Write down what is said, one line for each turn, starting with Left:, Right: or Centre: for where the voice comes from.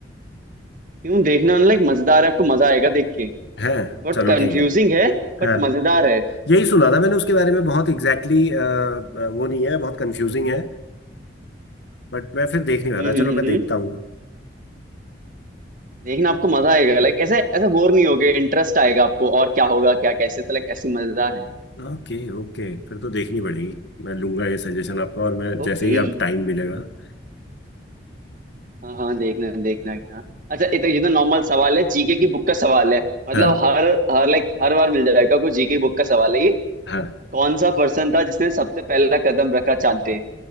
Right: क्यों देखना लाइक मजेदार है आपको मजा आएगा देख के
Left: है
Right: बहुत
Left: चलो
Right: कंफ्यूजिंग
Left: ठीक है
Right: है बट
Left: हाँ
Right: मजेदार है
Left: यही सुना था मैंने उसके बारे में बहुत एग्जैक्टली exactly, वो नहीं है बहुत कंफ्यूजिंग है बट मैं फिर देख नहीं रहा
Right: हम्म
Left: था
Right: हम्म
Left: चलो मैं
Right: हम्म
Left: देखता
Right: हम्म।
Left: हूँ
Right: देखना आपको मजा आएगा लाइक ऐसे ऐसा बोर नहीं होगे इंटरेस्ट आएगा आपको और क्या होगा क्या कैसे तो लाइक ऐसी मजेदार है
Left: ओके ओके फिर तो देखनी पड़ेगी मैं लूंगा ये सजेशन
Right: ये
Left: आपका और मैं जैसे
Right: ओके
Left: ही आप टाइम मिलेगा
Right: हाँ हाँ देखना देखना हाँ अच्छा ये तो ये तो नॉर्मल सवाल है जीके की बुक का सवाल है मतलब
Left: हाँ
Right: हर हर लाइक हर बार मिल जाएगा आपको जीके बुक का सवाल है ये
Left: हाँ
Right: कौन सा पर्सन था जिसने सबसे पहला कदम रखा चांद पे